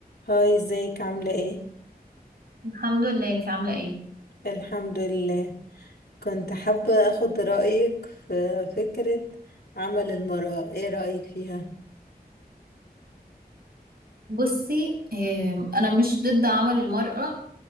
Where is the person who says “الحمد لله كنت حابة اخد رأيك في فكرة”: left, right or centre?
Left